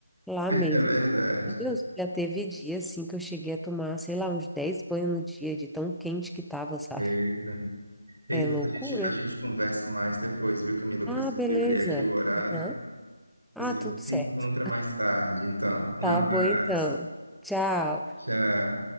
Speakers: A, in the centre; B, on the right.
A: lá mesmo.
B: É verdade.
A: Meu Deus, já teve dia assim que eu cheguei a tomar, sei lá, uns 10 banhos no dia de tão quente que tava, sabe?
B: Eita. E depois
A: É loucura.
B: a gente, a gente conversa mais depois, viu, Camila? Eu
A: Ah,
B: preciso
A: beleza.
B: olhar aqui o horário.
A: Aham. Ah,
B: Depois a gente
A: tudo certo.
B: se encontra mais tarde. Então, um
A: Tá
B: abraço.
A: bom, então. Tchau.
B: Tchau.